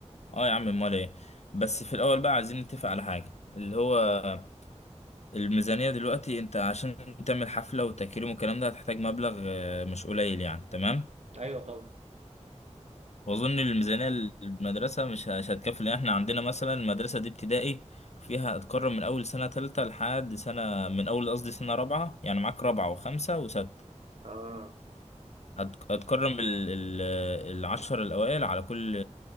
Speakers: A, on the left (about 65°); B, on the right (about 65°).
A: اه يا عم امال ايه بس في الاول بقى عايزين نتفق على حاجة اللي هو الميزانية دلوقتي انت عشان تعمل حفلة وتكريم والكلام ده هتحتاج مبلغ آه، مش قليل يعني تمام
B: ايوه طبعا
A: واظن الميزانيه المدرسه مش مش هتكفي لان احنا عندنا مثلا المدرسه دي ابتدائي فيها هتكرر من اول سنه ثالثه لحد سنه من اول قصدي سنه رابعه يعني معاك رابعه وخمسه وسته
B: اه
A: هت- هتكرم ال- ال- العشر الاوائل على كل